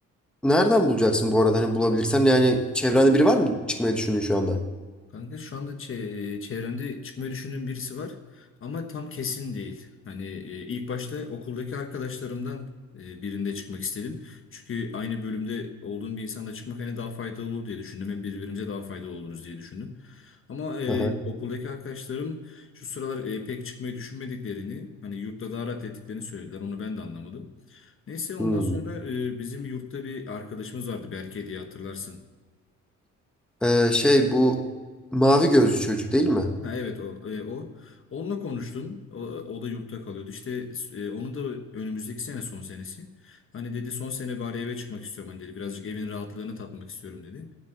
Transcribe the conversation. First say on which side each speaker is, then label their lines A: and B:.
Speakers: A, in the centre; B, on the left (about 45°).
A: nereden bulacaksın bu arada? Hani bulabilirsen yani çevrende biri var mı çıkmayı düşündüğün şu anda?
B: Kanka şu anda çe- çevremde çıkmayı düşündüğüm birisi var ama tam kesin değil. Hani e, ilk başta okuldaki arkadaşlarımdan e, birinde çıkmak istedim. Çünkü aynı bölümde olduğum bir insanla çıkmak hani daha faydalı olur diye düşündüm. Hem birbirimize daha faydalı oluruz diye düşündüm. Ama e,
A: Aha.
B: okuldaki arkadaşlarım şu sıralar e, pek çıkmayı düşünmediklerini, hani yurtta daha rahat ettiklerini söylediler. Onu ben de anlamadım. Neyse ondan
A: Hmm.
B: sonra e, bizim yurtta bir arkadaşımız vardı Berke diye hatırlarsın.
A: Ee, şey bu mavi gözlü çocuk değil mi?
B: Ha, evet o e, o onunla konuştum. O, o da yurtta kalıyordu. İşte e, onun da önümüzdeki sene son senesi. Hani dedi son sene bari eve çıkmak istiyorum hani dedi. Birazcık evin rahatlığını tatmak istiyorum dedi.